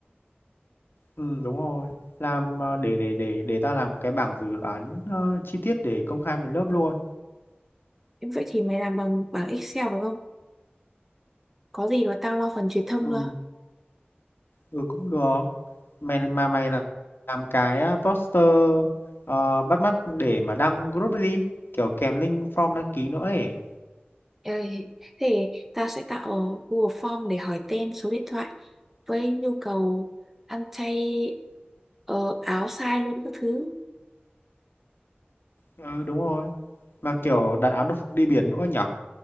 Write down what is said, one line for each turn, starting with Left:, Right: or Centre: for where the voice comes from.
Left: Ừ, đúng rồi. Làm ờ, để để để để ta làm cái bảng dự đoán ờ, chi tiết để công khai về lớp luôn.
Centre: Nhưng Vậy thì mày làm bằng bảng Excel đúng không? Có gì mà tao lo phần truyền thông
Left: Ừ,
Centre: nữa.
Left: ừ cũng được. Mày mà mày là- làm cái ờ, poster ờ, bắt mắt để mà đăng group đi, kiểu kèm link form đăng ký nữa ấy.
Centre: Ê, Thế tao sẽ tạo Google Form để hỏi tên số điện thoại với nhu cầu ăn chay ờ, áo size luôn các thứ.
Left: Ừ đúng rồi. Mà kiểu đặt áo đi biển nữa nhở.